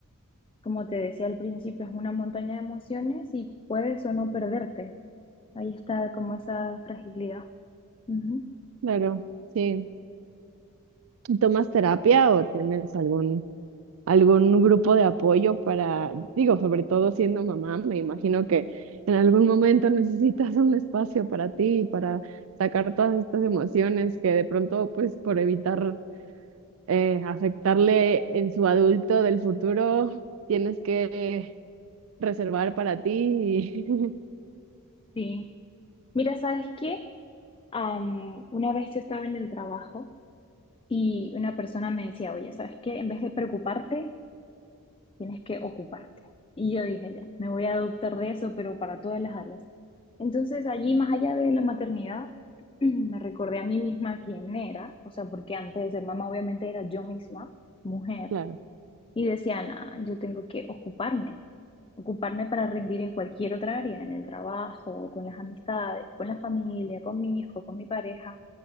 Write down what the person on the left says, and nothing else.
como te decía al principio, es una montaña de emociones y puedes o no perderte. Ahí está como esa fragilidad. Ujú,
Sí. Mira, ¿sabes qué? Am, una vez yo estaba en el trabajo y una persona me decía, oye, ¿sabes qué? En vez de preocuparte, tienes que ocuparte. Y yo dije, ya, me voy a adoptar de eso, pero para todas las áreas. Entonces, allí, más allá de la maternidad, <clears throat> me recordé a mí misma quién era, o sea, porque antes de ser mamá, obviamente era yo misma, mujer,
y decía, "Nah, yo tengo que ocuparme, ocuparme para rendir en cualquier otra área, en el trabajo, con las amistades, con la familia, con mi hijo, con mi pareja.